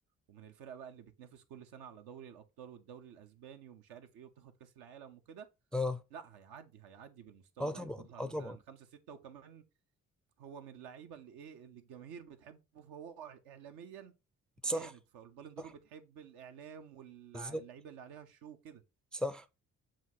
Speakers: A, on the right; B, in the centre.
A: ومن الفرق بقى اللي بتنافس كل سنه على دوري الابطال والدوري الاسباني ومش عارف ايه وبتاخد كاس العالم وكده
B: اه
A: لا هيعدي هيعدي بالمستوى
B: اه
A: ده
B: طبعا
A: هياخدها
B: اه
A: مثلا
B: طبعا
A: خمسة ستة وكمان هو من اللعيبه اللي ايه اللي الجماهير بتحبه فهو اعلاميا
B: صح
A: جامد فالبالون دور
B: صح
A: بتحب الاعلام واللعيبه
B: بالظبط
A: اللي عليها الشو كده
B: صح